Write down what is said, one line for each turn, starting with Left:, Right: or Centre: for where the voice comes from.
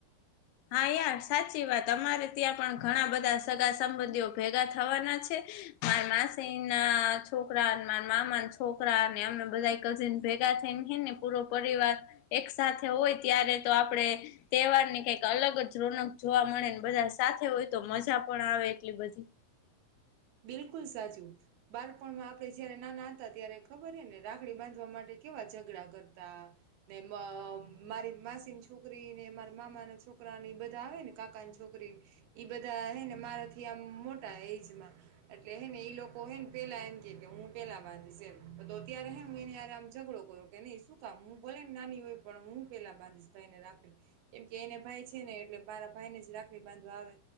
Left: હા યાર સાચી વાત અમારે ત્યાં પણ ઘણા બધા સગા સંબંધીઓ ભેગા થવાના છે. મારી માસી ના છોકરા મારા મામા ના છોકરા અને એમને બધા કઝિન ભેગા થને ને પૂરો પરિવાર, એક સાથે હોય ત્યારે તો આપણે, તહેવારને કક અલગ જ રોનક જોવા મળેને બધા સાથે હોય તો મજા પણ આવે એટલી બધી.
Right: બિલકુલ સાચું, બાળપણમાં આપણે જયારે નાના હતા ત્યારે ખબર હ ને રાખડી બાંધવા માટે કેવા ઝઘડા કરતા, ને મારી માસીની છોકરી ને મારા મામા ના છોકરી છોકરાને એ બધા આવે ને કાકાની છોકરીને, એ બધા હેને મારાથી આમ મોટા એજમાં. એટલે હે ને એઈ લોકો હે ને પેલા એમ કે હું પેહલા બાંધીશ એ તો ત્યારે હે ને હું એને આરામ ઝઘડો કર્યો કે નહી શું કામ હું ભલે ને નાની હોય પણ હું પેલા બાંધીશ ભાઈને રાખડી. કેમ કે એને ભાઈ છે ને એટલે મારા ભાઈ ને જ રાખડી બાંધવા આવે.